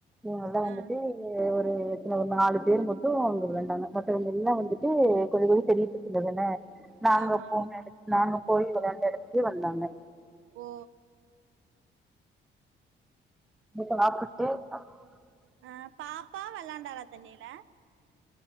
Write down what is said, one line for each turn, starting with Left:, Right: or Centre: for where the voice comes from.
Centre: இவங்களல்லா வந்துட்டு
Right: ஆ
Centre: து எத்தன ஒரு நாலு பேர் மட்டு அங்க வேண்டாங்க மத்தவங்க எல்லா வந்துட்டு கொஞ்சோ கொஞ்சோ தெரியட்டு சொல்லன்ன நாங்க
Right: ஆமா
Centre: போண எடத் நாங்க போய் வெளையாண்டு எடத்துக்கு வந்தாங்க
Right: ஓ
Centre: இப்ப <unintelligible>
Right: அ பாப்பா வெள்ளாண்டாளா தண்ணில